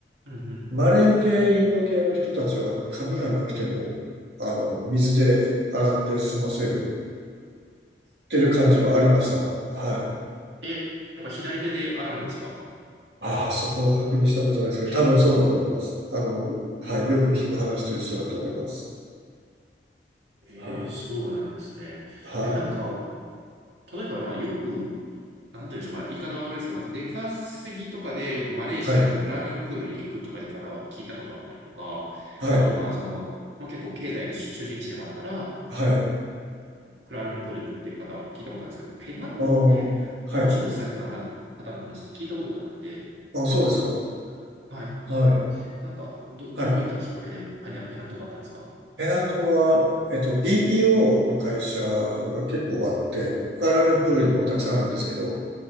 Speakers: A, on the right; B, on the right.
A: うんうん。
B: マレー系、インド系の人たちは髪がなくても、あの、水で洗って済ませるっていう感じはありました。
A: ええ。
B: はい。
A: え、やっぱ左手で洗うんですか
B: ああ、そこは確認したことないですけど、多分そうだと思います。あの、はい、
A: うんうん。
B: よく聞く話と一緒だと思います。
A: ええ、
B: は
A: そうなんですね。
B: い、はい、
A: え、なんか、例えば、まあ、よく、なんて言うんでしょう、まあ、言い方は悪いですけど、なんか出稼ぎとかでよくマレーシアのクアラルンプールに行くとかいう方は聞いたことあったりとか、
B: はい、はい、
A: あとはまあ、その、まあ、結構経済の中心地でもあるから、
B: はい。
A: クアラルンプール行くっていう方は聞いたことあるんですけど、ペナン島で
B: ああ、はい。
A: お仕事されてた方の話って聞いたことがなくて、
B: あ、そうですか。
A: はい。
B: はい、
A: なんか、ど、どういったきっかけでペナ、
B: はい。
A: ペナン島だったんですか
B: ペナントは、えっと、BPO の会社が結構あって、クアラルンプールにもたくさんあるんですけど、
A: うん